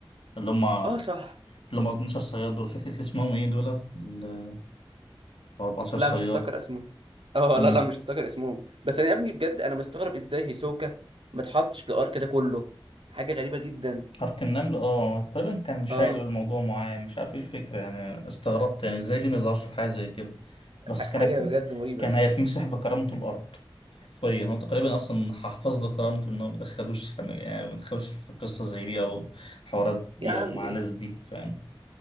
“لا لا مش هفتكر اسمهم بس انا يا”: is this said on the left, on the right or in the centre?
Right